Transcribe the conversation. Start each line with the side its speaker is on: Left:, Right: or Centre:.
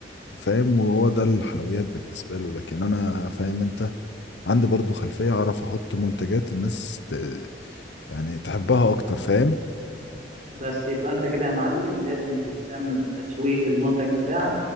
Left: فاهم وهو ده الحلويات بالنسبة له لكن أنا فاهم أنت عندي برضو خلفية أعرف أحط منتجات الناس ت... يعني تحبها أكتر فاهم
Right: بس يبقى انت كده يا معلم لازم تهتم بالتسويق للمنتج بتاعك